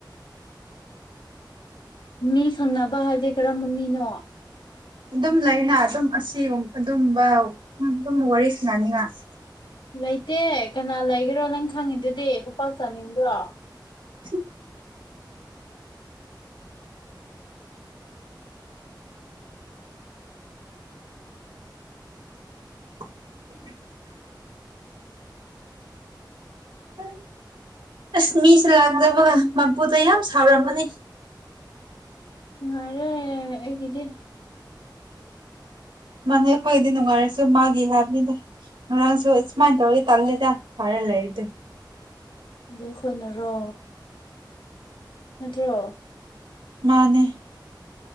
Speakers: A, on the left; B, on the right.
A: ꯃꯤ ꯁꯪꯅꯕ ꯍꯥꯏꯗꯤ ꯀꯔꯝꯕ ꯃꯤꯅꯣ
B: ꯑꯗꯨꯝ ꯂꯩꯅ ꯑꯗꯨꯝ ꯑꯁꯤꯒ ꯑꯗꯨꯝꯕ ꯑꯗꯨꯝ ꯋꯥꯔꯤ ꯁꯅꯅꯤꯡꯉꯥꯏ
A: ꯂꯩꯇꯦ ꯀꯅꯥ ꯂꯩꯒꯦꯔꯣ ꯅꯪ ꯈꯪꯉꯤꯗꯨꯗꯤ ꯈꯨꯄꯥꯛ ꯆꯥꯅꯤꯡꯕ꯭ꯔꯣ
B: <inaudible> ꯎꯝ <inaudible> ꯑꯁ ꯃꯤꯁꯦ ꯂꯥꯛꯇꯕꯒ ꯃꯄꯨꯗ ꯌꯥꯝ ꯁꯥꯎꯔꯝꯃꯅꯤ
A: ꯅꯨꯉꯥꯏꯔꯦ ꯑꯩꯒꯤꯗꯤ
B: ꯃꯥꯅꯦ ꯑꯈꯣꯏꯒꯤꯗꯤ ꯅꯨꯡꯉꯥꯏꯔꯁꯨ ꯃꯥꯒꯤ ꯍꯥꯏꯕꯅꯤꯗ ꯉꯔꯥꯡꯁꯨ ꯁꯨꯃꯥꯏꯅ ꯇꯧꯔꯤ ꯇꯜꯂꯤꯗ ꯐꯔꯦ ꯂꯩꯥꯏꯗ
A: ꯑꯗꯨ ꯑꯈꯣꯏꯅꯔꯣ ꯅꯠꯇ꯭ꯔꯣ
B: ꯃꯥꯅꯦ